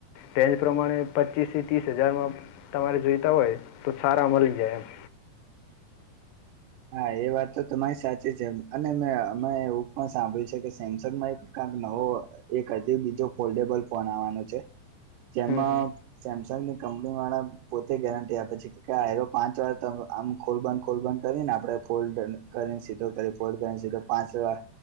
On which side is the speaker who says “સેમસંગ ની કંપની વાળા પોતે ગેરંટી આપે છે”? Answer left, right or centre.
Right